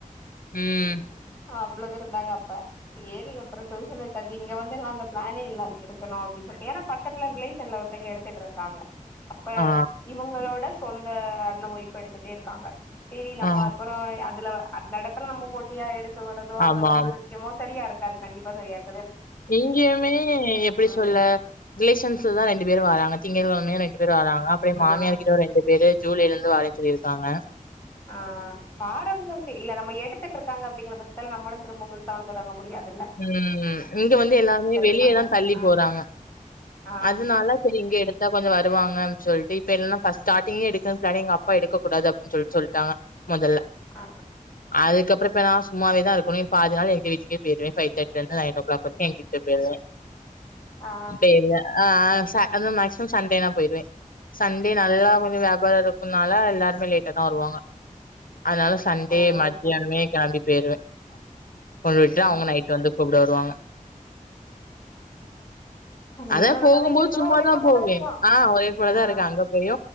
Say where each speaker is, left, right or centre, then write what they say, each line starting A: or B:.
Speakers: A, on the left; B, on the left.
A: ம்
B: அவ்ளோ பேரு இருந்தாங்க அப்ப சேரி அப்புறோ டியூஷன் விட்டாச்சு இங்க வந்து எல்லா அந்த பிளானே இல்ல எடுக்கணு அப்டி சொல்லிட்டு ஏன்னா பக்கத்துல ரிலேஷன்ல ஒருத்தங்க எடுத்துட்ருக்காங்க. அப்ப
A: ஆ
B: இவங்களோட சொந்த அண்ண ஓய்ஃப் எடுத்துட்டு இரு க்காங்க செரி நம்ம
A: ஆ
B: அப்பறோ அதுல அந்த எடத்துல நம்ம போட்டியா எடு க்கறது அந்த
A: ஆமா
B: மாதிரி ஒரு விஷயமோ சரியா இருக் காது கண்டிப்பா சரியா இரு
A: இங்கயுமே எப்டி
B: ம்
A: சொல்ல ரிலேஷன்ஸ்லதா ரெண்டு பேர் வாராங்க திங்கக்கெழ ம ரெண்டு பேர் வாராங்க அப்றோ ஏன் மாமியார்கிட்ட
B: ஆ
A: ஒரு ரெண்டு பேரு ஜூலையில இருந்து வர சொல்லியிருக்காங்க
B: ஆஹ வாரவங்க அப்டி இல்ல நம்ம எடுத்துட்டு இருக்காங்க அப்டிங்குற பட் த்துல நம்மளு திரும்ப புதுசாவு தொடங்க முடியாது
A: ம் இங்க வந்து எல்லாருமே வெளியதா
B: இருக்காங்க
A: தள்ளி
B: ஆ
A: போறாங்க
B: ஆ
A: அதனால செரி இங்க எடுத்தா கொஞ்சோ வருவாங்க அப்டி சொல்ட்டு இப்ப எல்லா ஃப்ஸ் ஸ்டாட்டிங்கே எடுக்க தானே எங்க அப்பா எடுக்கக் கூடாது அப்டின்னு சொல்ட்டு சொல் டாங்க மொதல்ல
B: ஆ
A: அதுக்கப்பறோ இப்ப நா சும்மாவேதா இருக்கணு பாதி நாள் எங்க வீட்டுக்கே போயிருவே ஃபைவ் தேட்டிலிருந்து நைன் ஓ கிளாக் வரைக்கு எங்க வீட்டுக்கு போயிருவ
B: ஆ
A: இல்ல இல்ல ஆ த அதா மேக்சிமம் சண்டேனா போயிடுவே சண்டே நல்லா கொஞ்சோ வியாபாரோ இருக் முன்னாலா எல்லாருமே லேட்டாதா வருவாங்க அதனால சண்டே
B: ஓ
A: மத்தியானமே
B: சரி சரி
A: கெளம்பி போயிருவ கொண்டுட்டு
B: ம்
A: அவங்க நைட் வந்து கூப்புட வருவாங்க
B: வீட்ல
A: அதா
B: இருக்கறது
A: போகும்போது
B: இங்க இருக்கறது
A: சும்மாதா
B: ஒரே போலதா
A: போவே
B: இருக்கு
A: ஆ இப்போ அதா
B: ஆ
A: இருக்கு அங்க போயு